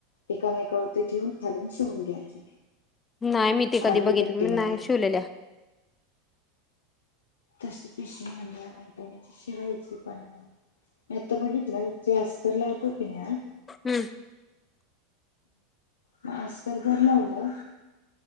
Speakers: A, on the left; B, on the left.
A: एकामेकावरती ठेऊन खालून शिवून घ्यायचं
B: नाही मी ते कधी
A: आडवी
B: बघितली
A: पट्टी
B: मी
A: मारायची
B: नाही शिवलेल्या
A: तसे कृष म्हंडला मैदानीच्या शिवायचे पणा मी आता बघितलं जे अस्त लावतो की नाही
B: हम्म
A: मास्तर घरला उडला ओ